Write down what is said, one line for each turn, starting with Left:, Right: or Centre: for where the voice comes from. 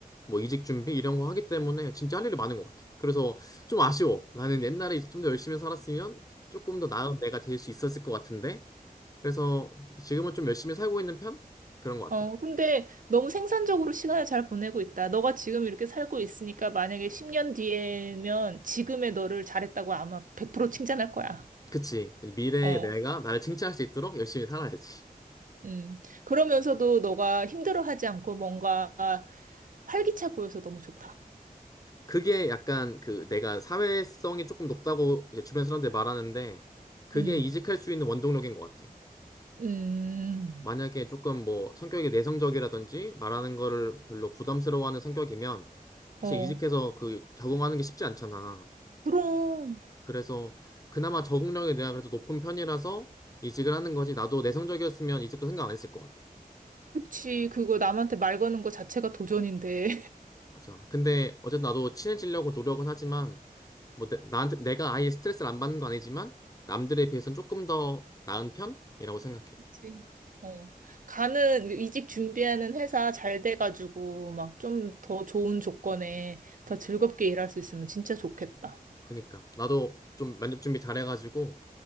Left: 뭐 이직 준비 이런 거 하기 때문에 진짜 할 일이 많은 것 같아. 그래서 좀 아쉬워. 나는 옛날에 좀 더 열심히 살았으면 조금 더 나은 내가 될 수 있었을 것 같은데. 그래서 지금은 좀 열심히 살고 있는 편? 그런 것 같아.
Right: 어, 근데 너무 생산적으로 시간을 잘 보내고 있다. 너가 지금 이렇게 살고 있으니까 만약에 10년 뒤에면 지금의 너를 잘했다고 아마 100% 칭찬할 거야.
Left: 그치. 미래의
Right: 어.
Left: 내가 나를 칭찬할 수 있도록 열심히 살아야지.
Right: 음. 그러면서도 너가 힘들어하지 않고 뭔가 활기차 보여서 너무 좋다.
Left: 그게 약간 그 내가 사회성이 조금 높다고 이제 주변 사람들 말하는데 그게
Right: 음.
Left: 이직할 수 있는 원동력인 것 같아.
Right: 음.
Left: 만약에 조금 뭐 성격이 내성적이라든지 말하는 거를 별로 부담스러워하는 성격이면 사실
Right: 어.
Left: 이직해서 그 적응하는 게 쉽지 않잖아.
Right: 그럼.
Left: 그래서 그나마 적응력이 내가 그래도 높은 편이라서 이직을 하는 거지. 나도 내성적이었으면 이직도 생각 안 했을 것 같아.
Right: 그치. 그거 남한테 말 거는 거 자체가 도전인데.
Left: 맞아. 근데 어쨌든 나도 친해지려고 노력은 하지만 뭐 내, 나한테 내가 아예 스트레스를 안 받는 건 아니지만 남들에 비해선 조금 더 나은 편이라고 생각해.
Right: 그치. 어. 가는, 이직 준비하는 회사 잘 돼가지고, 막 좀 더 좋은 조건에 더 즐겁게 일할 수 있으면 진짜 좋겠다.
Left: 그니까 나도 좀 면접 준비 잘해가지고